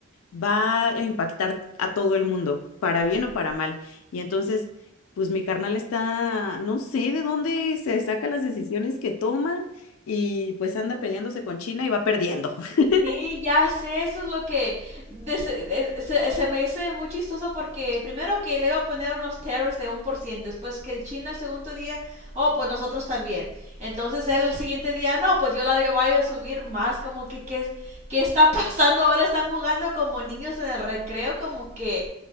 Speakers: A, on the left; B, on the right.
A: va a impactar a todo el mundo, para bien
B: sí.
A: o para mal. Y entonces, pues mi carnal está, no sé de dónde se saca las decisiones que toma y pues anda peleándose con China y va perdiendo. <laughs>
B: Sí, ya sé, eso es lo que de- se, se- se me hace muy chistoso porque primero que le iba a poner unos tariffs de un por ciento, después que el China el segundo día, oh, pues nosotros también. Entonces él el siguiente día, no, pues yo la voy a subir más, como que qué, es- qué está <laughs> pasando ahora, están jugando como niños en el recreo, como que